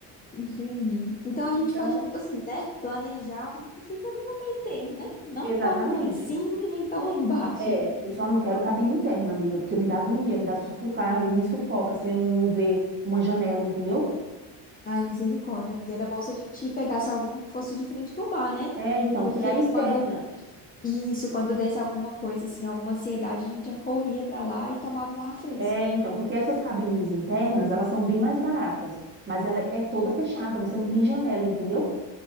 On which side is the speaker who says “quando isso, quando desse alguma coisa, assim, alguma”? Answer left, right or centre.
Left